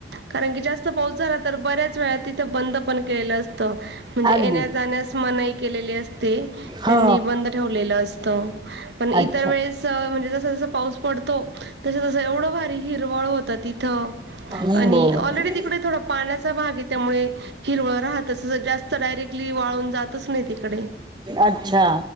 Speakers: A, on the right (about 75°); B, on the right (about 25°).
A: कारण की जास्त पाऊस झाला तर बऱ्याच वेळा तिथं बंद पण केलेलं असत म्हणजे
B: अगदी
A: येण्या जाण्यास मनाई केलेली असते
B: हा
A: त्यांनी बंद ठेवलेलं असत पण इतर
B: अच्छा
A: वेळेस म्हणजे जस जस पाऊस पडतो तस तस एवढं भारी हिरवळ होत तिथ आणि
B: हम्म बर
A: ऑलरेडी ती पुढे थोडा पाण्याचा भाग आहे त्यामुळे हिरवळ राहत जास्त अस डायरेक्टली वाळून जातच नाही तिकडे
B: अच्छा